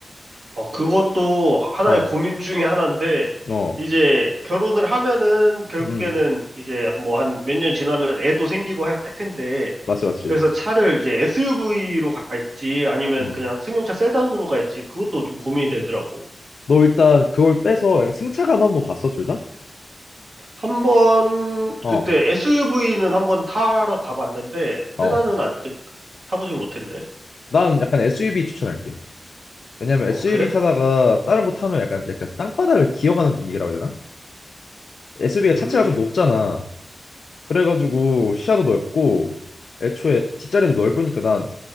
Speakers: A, on the right (about 70°); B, on the left (about 75°).
A: 어, 그것도 하나의
B: 어,
A: 고민 중에 하나인데,
B: 어,
A: 이제 결혼을 하면은 결국에는
B: 음,
A: 이제 뭐 한 몇 년 지나면 애도 생기고 할 텐데,
B: 맞지, 맞지.
A: 그래서 차를 이제 SUV로 갈지 아니면
B: 음,
A: 그냥 승용차 세단으로 갈지 그것도 좀 고민이 되더라고.
B: 너 일단 그걸 빼서 약간 승차감 한번 봤어, 둘 다?
A: 한 번
B: 어,
A: 그때 SUV는 한 번 타러 가봤는데,
B: 어.
A: 세단은 아직 타보진 못했네.
B: 난 약간 SUV 추천할게. 왜냐면
A: 어,
B: SUV
A: 그래?
B: 타다가 다른 거 타면 약간 약간 땅바닥을 기어가는 분위기라고 해야 되나? SUV가
A: 음,
B: 차체가 좀 높잖아. 그래가지고 시야도 넓고 애초에 뒷자리도 넓으니까 난